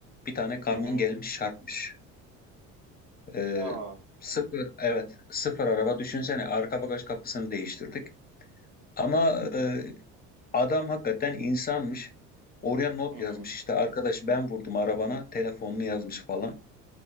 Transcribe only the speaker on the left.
bir tane kamyon
gelmiş çarpmış. E,
sıfır evet sıfır araba düşünsene arka bagaj kapısını değiştirdik. Ama e, adam hakikaten insanmış. Oraya not
yazmış işte arkadaş ben vurdum arabana telefonunu yazmış falan.